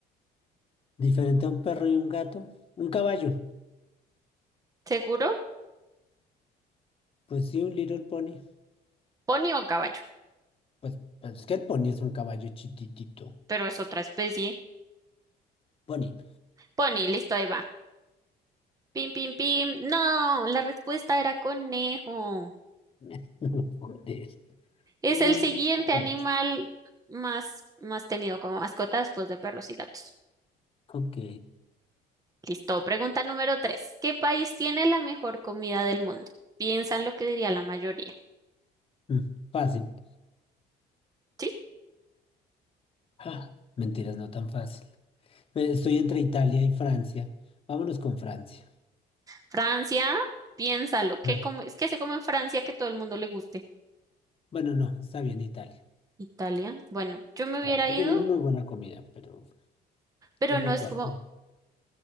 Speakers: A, on the left; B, on the right.
A: Diferente a un perro y un gato. Un caballo.
B: ¿Seguro?
A: Pues sí, un little pony.
B: Pony o caballo,
A: Pues, pues es que el pony es un caballo chiquitito.
B: pero es otra especie.
A: Pony.
B: Pony, listo, ahí va. Pim, pim, pim. No, la respuesta era conejo.
A: <laughs> Joder.
B: Es
A: Uno
B: el
A: lindo,
B: siguiente
A: Carlos.
B: animal más, más tenido como mascota después de perros y gatos.
A: Ok.
B: Listo. Pregunta número tres. ¿Qué país tiene la mejor comida del mundo? Piensa en lo que diría la mayoría.
A: Hmm, Fácil.
B: ¿Sí?
A: Ah, mentiras, no tan fácil. Eh, Estoy entre Italia y Francia. Vámonos con Francia.
B: Francia, piénsalo. ¿Qué
A: Fra-
B: come, es que se come en Francia que todo el mundo le guste?
A: Bueno, no, está bien Italia.
B: Italia. Bueno, yo me hubiera
A: Francia
B: ido,
A: tiene muy buena comida, pero
B: pero
A: ¿tú
B: no
A: por
B: es
A: cuál?
B: como,
A: Ujú,